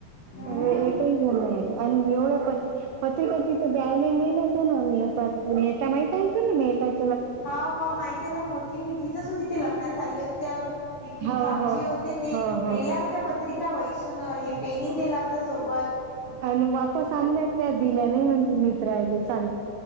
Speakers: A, on the left; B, on the right.
A: हम्म
B: एकही घ्याला नाहि‌ आले आणि एवढ्या पत पत्रिका ती द्यायला मे तर ना मिहतात मेहता माहितय तेना तूले मेहतात.
A: होा हो माहितेना म होती मी तिथंच होतीिथे लग्नाला चालले होते तेव्हा. विकी
B: हो
A: सावजी
B: हो
A: होते ते
B: हो हो
A: नेल्या होत्या पत्रिका वैषून हे पेन ही दिला होता सोबत.
B: आणि वापस आणल्या त्या दिल्या नाही म्हणत मीत्रायले सांग.